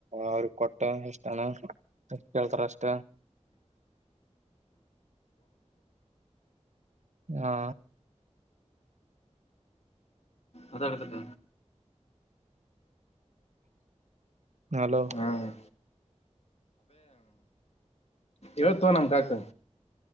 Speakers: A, on the right; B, on the left.
A: ಅವ್ರಗ್ ಕೊಟ್ಟ ಎಷ್ಟಣ ಎಷ್ಟ ಕೇಳ್ತಾರ ಅಷ್ಟ ಹಾ
B: ಅದ ಅಡ್ತಕ್ಕ
A: ಹಲೋ
B: ಹ್ಮ್ ಹೇಳ್ ತೋ ನಮ್ ಕಾಕಗ